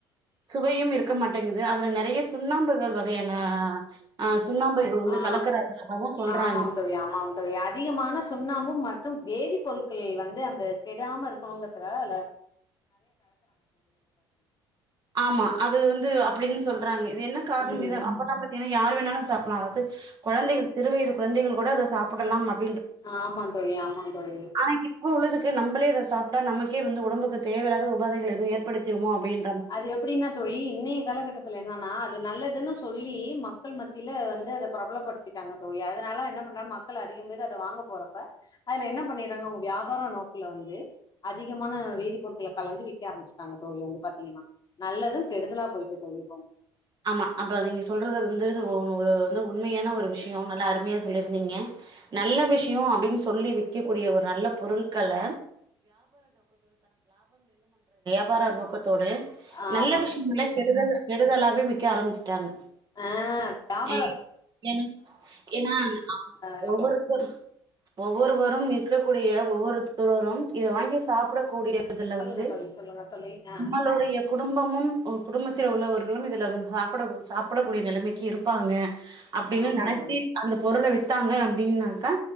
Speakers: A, on the right; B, on the left.
A: சுவையும் இருக்க மாட்டேங்குது அதுல நெறைய சுண்ணாம்ப னோறு வகையான அ சுண்ணாம்ப வந்து
B: ஆ
A: கலக்கறாங்க தாகவு சொல்றாங்க
B: ஆமாம் தோழி ஆமாம் தோழி அதிகமான சுண்ணாம்பு மற்றும் வேதி பொருள்கள் வந்து அந்த கெடாம இருக்கணுங்கறதுக்காக
A: ஆமா அது வந்து அப்படின்னு சொல்றாங்க இது என்ன காரணம்
B: ம்
A: இது அப்பதாம்பட்டி யார் வேணாலும் சா அதாவது குழந்தைகள் சிறு வயது கொழந்தைகள் கூட அத சாப்பிடலாம் மாட்
B: ஆமா தோழி ஆமா தோழி
A: ஆனா இப்ப உள்ளதுக்கு நம்மளே இத சாப்ட்டா நமக்கே வந்து ஒடம்புக்கு தேவயில்லாத உபாதைகள் எது ஏற்படுத்திடுமோ அப்டின்னு
B: அது எப்டின்னா தோழி இன்னைைய காலகட்டத்துல என்னன்னா அது நல்லதுன்னு சொல்லி மக்கள் மத்தியில வந்து அத பிரபலப்படுத்திட்டாங்க தோழி அதனால என்ன பண்றாங்க மக்கள் அதிகம் பேர் அத வாங்க போறப்ப அதுல என்ன பண்ணிறாங்க அவுங்க வியாபார நோக்ல வந்து அதிகமான வேதிப்பொருட்களை கலந்து விக்க ஆரம்பிச்சட்டாங்க தோழி வந்து பா பாத்தீங்கன்னா நல்லதும் கெடுதலா போயிட்டு தோழி
A: ஆமா அப்ப நீங்க சொல்றது வந்து ஒரு உண்மையான ஒரு விஷயம் நல்லா அருமையா சொல்லிருந்தீங்க நல்ல விஷயம் அப்டின்னு சொல்லி விக்கக்கூடிய ஒரு நல்ல பொருட்கல வியாபார நோக்கத்தோடு
B: ஆமா
A: நல்ல விஷயங்களை கெடுதல் கெ இது நல்லாவே வி க்க ஆரம்பிச்சிட்டாங்க
B: ஆ வியாபாரக்காக
A: ஏ ஏன்னா ஏன்னா
B: எல்லா
A: ஒவ்வொருத்தருக்
B: பண்
A: ஒவ்வொருவரும் விற்கக்கூடிய ஒவ்வொருத்தரும் இத வாங்கி சாப்பிடக்கூடிய இதுல
B: சொல்லுங்க
A: வந்து
B: தோழி சொல்லுங்க தோழி ஆ
A: நம்மளுடைய குடும்பமும் உங்க குடும்பத்தில் உள்ளவர்களும் இதுல வந் சாப்பிட சாப்பிடக்கூடிய நிலைமைக்கு இருப்பாங்க அப்படின்னு
B: ஆமா
A: நெனச்சி
B: தோழி
A: அந்த பொருள வித் ட்டாங்க அப்டின்னாக்க